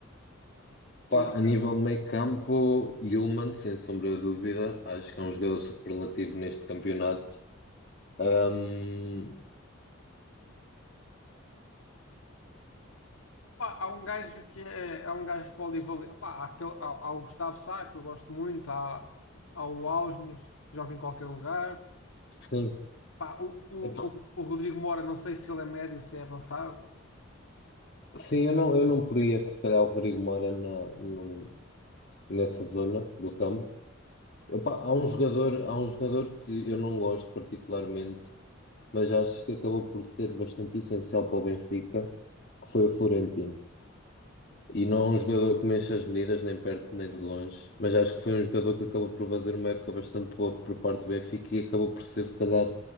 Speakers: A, on the left; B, on the left.
A: Pá,
B: Muito
A: a
B: bem.
A: nível de meio campo, Yulman, sem sombra de dúvida, acho que é um jogador superlativo neste campeonato. Um,
B: Pá, há um gajo que é, há um gajo polivalente. Pá, há, aquele, há, há o Gustavo Sá, que eu gosto muito, há, há o Ausnos, que joga em qualquer lugar.
A: sim,
B: Pá, o, o,
A: É por-
B: o o Rodrigo Mora, não sei se ele é médio, se é avançado.
A: sim, eu não, eu não poria se calhar o Rodrigo Moura na, no- nessa zona do campo. Epá, há um jogador, há um jogador que eu não gosto particularmente, mas acho que acabou por ser bastante essencial para o Benfica, que foi o Florentino. E não é um jogador que mexa as medidas, nem perto nem de longe, mas acho que foi um jogador que acabou por fazer uma época bastante boa por parte do Benfica e acabou por ser, se calhar,